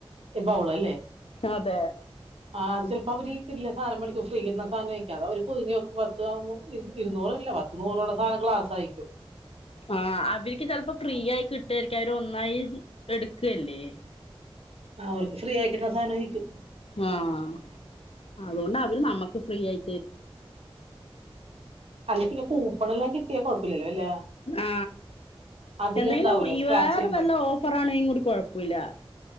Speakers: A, on the right; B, on the left.
A: എ ബൗൾഅല്ലേ?
B: അതെ
A: ആ അത് ചെലപ്പോ അവര് കിടിലം സാധനം മെടിക്കും ഫ്രീ കിട്ടണ സാനയിരിക്കും അത് അവര് പൊതിഞ്ക്കും പത് <unintelligible> ഇരുന്നൂറല്ല പത്തൂനൂറുടെ സാധനം ഗ്ലാസരിക്കും.
B: ആഹ് അവര്ക്ക് ചിലപ്പേ ഫ്രീ ആയി കിട്ടൊയിരിക്കാരം അവര് ഒന്നായി എടുക്കയല്ലേ
A: ആഹ് ഓൽക്ക് ഫ്രീ ആയികിട്ടണ സാനം വിക്കും.
B: ആഹ് അതോണ്ട് അവര് നമ്മക്ക് ഫ്രീ യായി.
A: അല്ല പിന്നെ കൂപ്പണെല്ലാം കിട്ടിയാ കുഴപ്പ ല്ലല്ലോ അല്ലെ
B: ആ
A: അതിലുണ്ടാവൂലേ
B: എന്തെങ്കിലും
A: സ്ക്രാച്ച്
B: വേറെ
A: ചെയ്യുമ്പോ
B: വല്ല ഓഫറ ആണെങ്കിലും കൂടി കുഴപ്പമില്ല